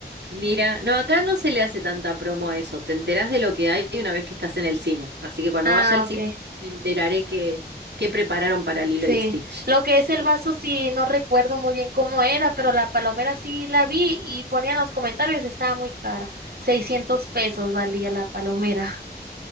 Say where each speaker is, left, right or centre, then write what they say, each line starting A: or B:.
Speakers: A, on the right; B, on the right.
A: Mira, no, acá no se le hace tanta promo a eso. Te enterás de lo que hay una vez que estás en el cine. Así que cuando
B: Ah,
A: vaya al cine
B: ok.
A: me enteraré que, que prepararon para Lilo
B: Sí,
A: y Stitch.
B: lo que es el vaso sí no recuerdo muy bien cómo era, pero la palomera sí la vi y ponían los comentarios, estaba muy cara. seiscientos pesos valía la palomera.